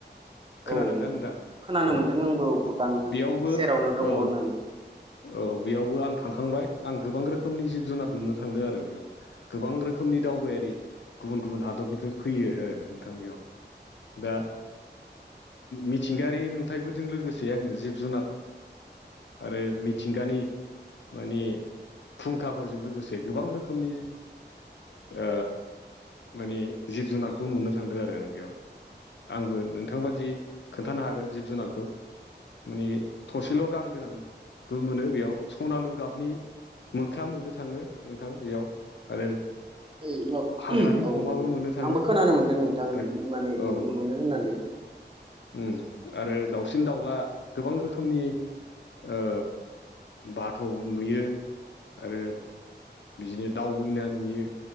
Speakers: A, on the left; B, on the right.
A: खोनादों
B: औ नोंगौ
A: दा नोंथां
B: औ खोनानो
A: औ
B: मोन्दों आंबो भुटान
A: बेयावबो
B: सेरावनो
A: औ
B: दङ होननानै।
A: औ बेयावबो आं थांखांबाय आं गोबां रोखोमनि जिब जुनार नुनो थांदों आरो बेयाव गोबां रोखोमनि दावबायारि गुबुन-गुबुन हादरनिफ्राय फैयो आरो नोंथां बेयाव। दा मिथिंगायारि नुथायफोरजों लोगोसे आङो जिब जुनार आरो मिथिंगानि माने फुंखाफोरजों लोगोसे गोबां रोखोमनि ओ माने जिब जुनारखौ नुनो थांदों आरो आं बेयाव आंबो नोंथांबादि खोन्थानो हागोन जिब जुनारखौ माने थसेल' गां गोनां बो मोनो बेयाव सनालु गाबनि मोख्रा मोननो थाङो नोंथां बेयाव आरो
B: ओइ मा
A: हाग्रानि
B: औ
A: अमाबो
B: नोंथां
A: मोननो थाङो
B: आंबो खोनानो मोन्दों नोंथां
A: आरो
B: माने
A: औ
B: नुनो मोनो होननानै।
A: उम आरो दाउसिन दाउला गोबां रोखोमनि ओ बाथ' नुयो आरो बिदिनो दाउ मैना नुयो